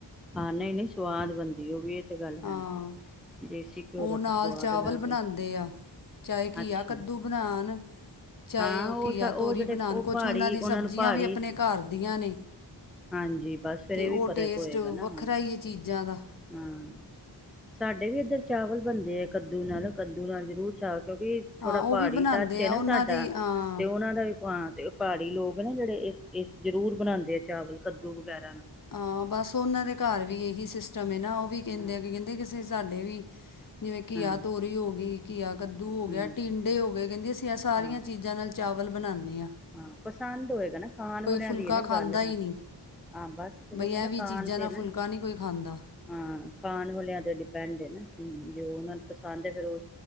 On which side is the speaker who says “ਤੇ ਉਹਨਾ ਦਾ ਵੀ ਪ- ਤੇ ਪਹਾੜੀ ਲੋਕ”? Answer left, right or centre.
Centre